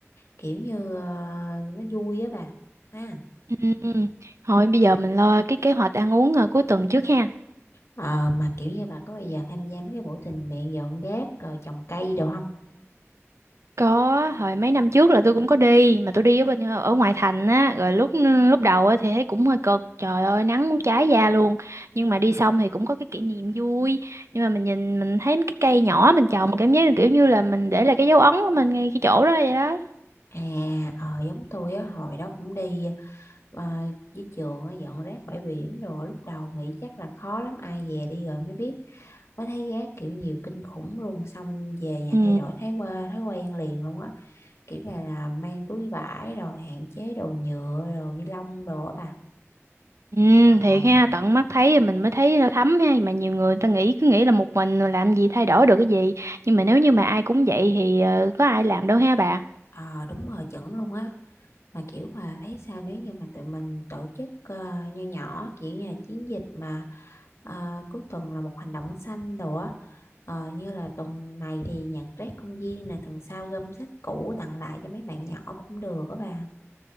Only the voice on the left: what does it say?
Kiểu như ờ, nó vui á bà. Ha.
Ờ, mà kiểu như bà có bây giờ tham gia mấy cái buổi tình nguyện dọn rác rồi trồng cây được không?
À, ờ, giống tôi á, hồi đó cũng đi ờ, với trường á, dọn rác bãi biển đồ lúc đầu nghĩ chắc là khó lắm ai về đi rồi mới biết mới thấy rác kiểu nhiều kinh khủng luôn xong về nhà
thay đổi thói quen thói quen liền luôn á kiểu như là mang túi vải rồi hạn chế đồ nhựa đồ ni lông đồ á bà
ờ
Ờ, đúng rồi chuẩn luôn á mà kiểu mà thấy sao nếu như mà tụi mình tổ chức ờ, nho nhỏ kiểu như là chiến dịch mà ờ, cuối tuần là một hành động xanh đồ á Ờ, như là tuần này thì nhặt rác công viên nè tuần sau gom sách cũ tặng lại cho mấy bạn nhỏ cũng được á bà